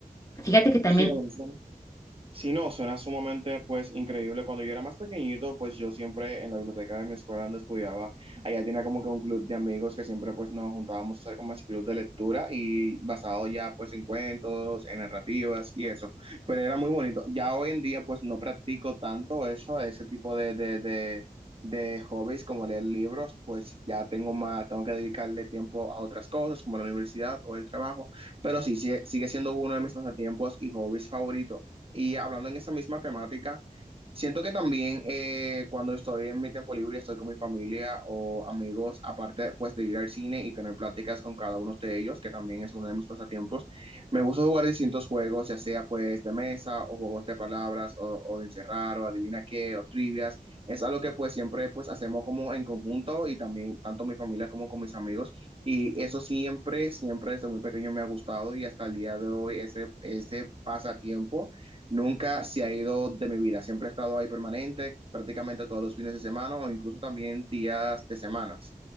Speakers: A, on the left; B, on the right.
A: Fíjate que también,
B: Sí, la verdad. si no, suena sumamente pues increíble. Cuando yo era más pequeñito, pues yo siempre en la biblioteca de mi escuela donde estudiaba, allá tenía como que un club de amigos que siempre pues nos juntábamos a hacer como ese club de lectura y basado ya pues en cuentos, en narrativas y eso. Pero era muy bonito. Ya hoy en día pues no practico tanto eso, ese tipo de, de, de, de hobbies como leer libros, pues ya tengo más, tengo que dedicarle tiempo a otras cosas como la universidad o el trabajo. Pero sí, sigue, sigue siendo uno de mis pasatiempos y hobbies favoritos. Y hablando en esa misma temática, siento que también eh, cuando estoy en mi tiempo libre, estoy con mi familia o amigos, aparte pues de ir al cine y tener pláticas con cada uno de ellos, que también es uno de mis pasatiempos, me gusta jugar distintos juegos, ya sea pues de mesa o juegos de palabras o, o de encerrar o adivina qué o trivias. Es algo que pues siempre pues hacemos como en conjunto y también tanto mi familia como con mis amigos. Y eso siempre, siempre desde muy pequeño me ha gustado y hasta el día de hoy ese, ese pasatiempo nunca se ha ido de mi vida. Siempre he estado ahí permanente, prácticamente todos los fines de semana o incluso también días de semanas.